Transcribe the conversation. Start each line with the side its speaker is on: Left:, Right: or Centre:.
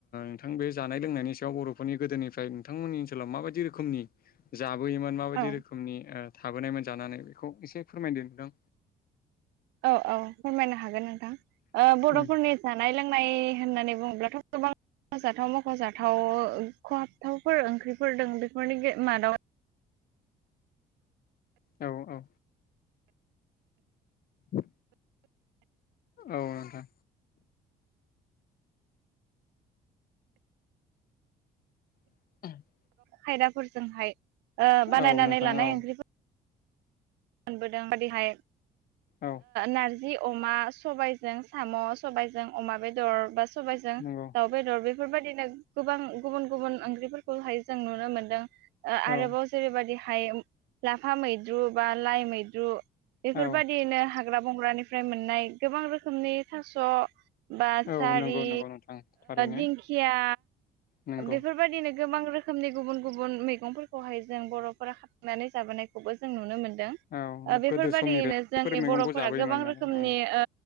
Left: नोंथां बे जानाय लोंनायनि सायाव बर'फोरनि गोदोनिफ्राय नोंथांमोननि सोलाव माबादि रोखोमनि? थाबोयोमोन माबायदि
Right: औ
Left: रोखोमनि थाबोनायमोन जानानै बेखौ एसे फोरमायदों नोंथां।
Right: औ औ फोरमायनो हागोन नोंथां बर'फोरनि
Left: उम
Right: जानाय लोंनाय होननानै बुङोब्लाथ' गोबां मख'जाथाव मख'जाथाव खहाबथावफोर ओंख्रिफोर द बेफोरनि मादाव
Left: औ औ। औ। औ दा <unintelligible>
Right: खायदाफोरजोंहाय बानायनानै
Left: औ नोंथां
Right: लानाय
Left: औ
Right: ओंख्रिफोर मोनबोदों जेरिहाय
Left: औ
Right: नारजि जि अमा सबायजों साम' सबायजों अमा बेदर बा सबायजों
Left: नंगौ
Right: दाउ बेदर बे बेफोरबायाददिनो गोबां गुबुन गुबुन ओंख्रिफोरखौहाय जों नुनो मोनदों। आरोबाव
Left: औ
Right: जेरैबायदि हाय लाफा मैद्रु बा लाइ मैद्रु बेफोरबायाददियैनो
Left: औ
Right: हाग्रा बंग्रानिफ्राय मोननाय गोबां रोखोमनि थास' बा
Left: औ
Right: सारि
Left: नंगौ नंगौ नोंथां थारैनो
Right: दिंखिया
Left: नंगौ
Right: बेफोरबायदिनो गोबां रोखोमनि गुबुन गुबुन मैगंफोरखौहाय जों बर'फोरा खाबनानै जाबोनायखौबो जों नुनो मोनो। दों।
Left: औ
Right: बेफोरबादियैनो
Left: गोदो समनिफ्राय
Right: जोंनि
Left: बेफोर मैगंखौ
Right: बर'फोरा
Left: जाबोयोमोन
Right: गोबां
Left: नालाय
Right: रोखोमनि
Left: ओं
Right: ओ